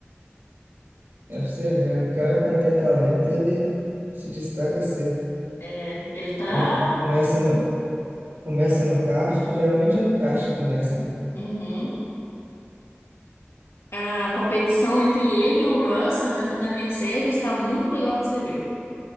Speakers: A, on the right; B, on the left.
A: É pra você ver, o cara quando tem talento, ele se destaca cedo.
B: É, ele tá.
A: Come- começa no, começa no kart, geralmente é no kart que começa.
B: Uhum. A competição entre ele e o Russell dentro da Mercedes está muito legal de se ver.